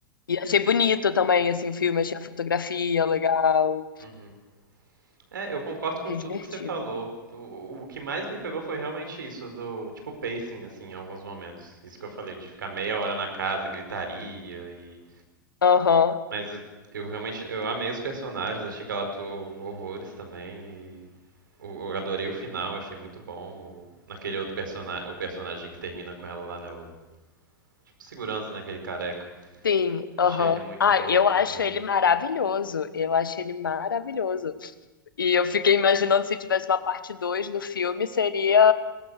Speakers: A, on the left; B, on the right.
A: E achei bonito também, assim, o filme, achei a fotografia legal,
B: uhum. É, eu concordo com
A: achei
B: tudo
A: divertido.
B: que você falou. O, o que mais me pegou foi realmente isso, do tipo pacing, assim, em alguns momentos. Isso que eu falei, de ficar meia hora na casa, gritaria e.
A: Aham.
B: Mas eu, eu realmente eu amei os personagens, achei que ela atuou horrores também. O- Eu adorei o final, achei muito bom. O- Naquele outro personagem, o personagem que termina com ela lá, né? O tipo, segurança, né? Aquele careca.
A: Sim,
B: Achei
A: aham.
B: ele muito
A: Ah,
B: bom
A: eu
B: também.
A: acho ele maravilhoso. Eu acho ele maravilhoso. E eu fiquei imaginando se tivesse uma parte 2 no filme, seria